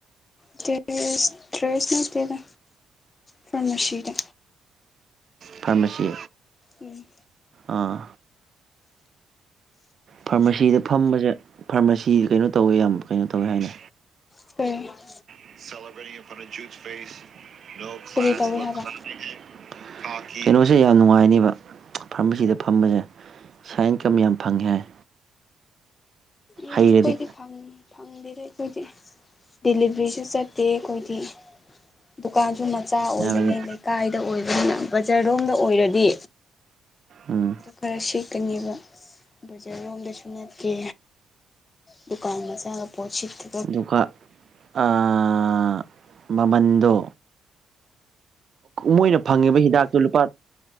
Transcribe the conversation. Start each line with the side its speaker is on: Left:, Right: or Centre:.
Left: ꯗ꯭ꯔꯦꯁ ꯗ꯭ꯔꯦꯁ ꯅꯠꯇꯦꯗ ꯐꯔꯃꯥꯁꯤꯗ
Right: ꯐꯥꯔꯃꯁꯤ
Left: ꯎꯝ
Right: ꯑꯥ ꯐꯥꯔꯃꯥꯁꯤꯗ ꯐꯝꯕꯁꯦ ꯐꯥꯔꯃꯥꯁꯤ ꯀꯩꯅꯣ ꯇꯧꯋꯦ ꯌꯥꯝ ꯀꯩꯅꯣ ꯇꯧꯋꯦ ꯍꯥꯏꯅ
Left: <unintelligible>
Right: <unintelligible>
Left: ꯀꯔꯤ ꯇꯧꯋꯦ ꯍꯥꯏꯕ
Right: ꯀꯩꯅꯣꯁꯦ ꯌꯥꯝ ꯅꯨꯡꯉꯥꯏꯅꯦꯕ ꯐꯥꯔꯃꯥꯁꯤꯗ ꯐꯝꯕꯁꯦ ꯁꯥꯏ ꯏꯟꯀꯝ ꯌꯥꯝ ꯐꯪꯉꯦ ꯍꯥꯏ
Left: ꯏ
Right: ꯍꯩꯔꯗꯤ
Left: ꯈꯣꯏꯗꯤ ꯐꯪꯗꯦꯗ ꯑꯩꯈꯣꯏꯗꯤ ꯗꯦꯂꯤꯕ꯭ꯔꯤꯁꯨ ꯆꯠꯇꯦ ꯑꯈꯣꯏꯗꯤ ꯗꯨꯀꯥꯟꯁꯨ ꯃꯆꯥ ꯑꯣꯏꯕꯅꯤ
Right: ꯍꯥꯏꯕꯗꯤ
Left: ꯀꯥꯏꯗ ꯑꯣꯏꯕꯅꯤꯅ ꯕꯖꯔꯣꯝꯗ ꯑꯣꯏꯔꯗꯤ
Right: ꯎꯝ
Left: ꯈꯔ ꯁꯦꯠꯀꯅꯦꯕ ꯕꯖꯔꯔꯣꯝꯗꯁꯨ ꯅꯠꯇꯠꯇꯦ ꯗꯨꯀꯥꯟ ꯃꯆꯥꯒ ꯄꯣꯠꯁꯤꯠꯇꯦ
Right: ꯑꯗꯨꯒ ꯑꯥ ꯃꯃꯟꯗꯣ ꯃꯣꯏꯅ ꯐꯪꯉꯤꯕ ꯍꯤꯗꯥꯛꯇꯣ ꯂꯨꯄꯥ